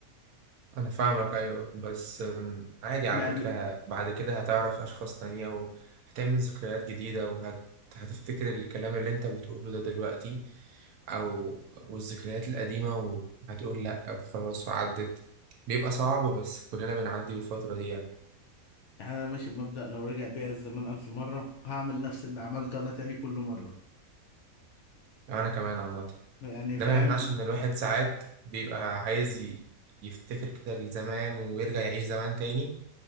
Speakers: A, on the right (about 80°); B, on the left (about 65°).
A: انا فاهمك ايوه بس أم، عادي على
B: لأن
A: فكرة بعد كده هتعرف اشخاص تانية وهتعمل ذكريات جديدة وهت هتفتكر الكلام اللي انت بتقوله ده دلوقتي او والذكريات القديمة وهتقول لا خلاص وعدت بيبقى صعب بس كلنا بنعدي بالفترة دي يعني
B: أنا ماشي بمبدأ لو رجع بيا الزمان ألف مرة هعمل نفس اللي عملته أنا تاني كل مرة
A: انا كمان عامه
B: يعني
A: ده
B: فاهم؟
A: ما يمنعش ان الواحد ساعات بيبقى عايز ي- يفتكر كده لزمان ويرجع يعيش زمان تاني